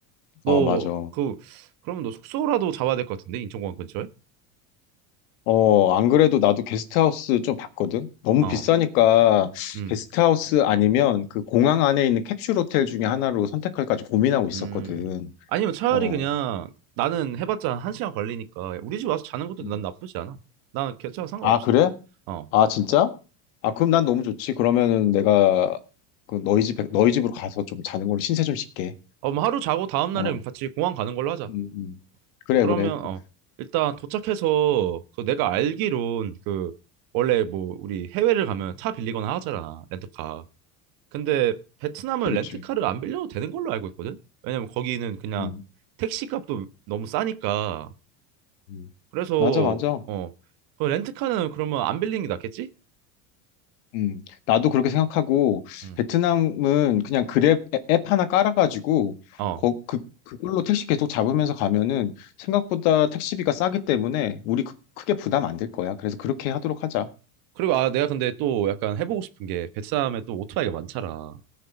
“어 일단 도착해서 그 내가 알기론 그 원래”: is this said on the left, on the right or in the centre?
Right